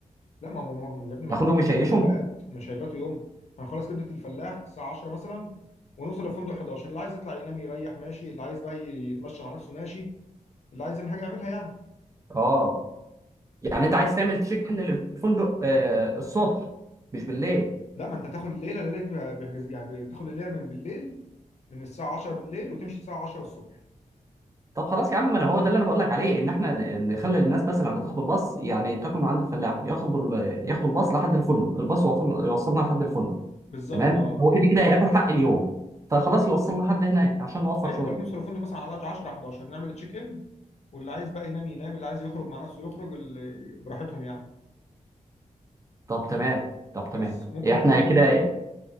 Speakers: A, on the left; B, on the right.
A: لا ما ما ما- يا ابني ما
B: ناخدهم
A: احنا
B: نشيشهم؟
A: قلنا هنبات مش هيباتوا يوم هنخلص كبدة الفلاح الساعة 10 مثلا ونوصل للفندق 11 اللي عايز يطلع ينام يريح ماشي اللي عايز بقى يتمشى مع نفسه ماشي اللي عايز يعمل حاجة يعملها يعني
B: اه يعني
A: ممكن
B: انت عايز تعمل تشيك ان للفندق آه، الصبح مش بالليل
A: لا ما انت تاخد الليلة الليلة دي بيحجز يعني بتاخد الليلة من بالليل من الساعة 10 بالليل وتمشي الساعة 10 الصبح
B: طب خلاص يا عم ما انا هو ده اللي انا بقول لك عليه ان احنا ن- نخلي الناس مثلا اللي تاخد الباص يعني تاكل من عند الفلاح ياخدوا ال- ياخدوا الباص لحد الفندق الباص يوصل- يوصلنا لحد الفندق
A: بالظبط
B: تمام
A: اه
B: هو كده كده هياكل حق اليوم فخلاص يوصلنا لحد هناك عشان نوفر
A: ايوه
B: شويه
A: ما بالك نوصل للفندق مثلا على 10 11 نعمل تشيك ان واللي عايز بقى ينام ينام اللي عايز يخرج مع نفسه يخرج اللي براحتهم يعني
B: طب تمام طب تمام
A: بس ممكن
B: إيه، احنا
A: بقى تاني
B: كده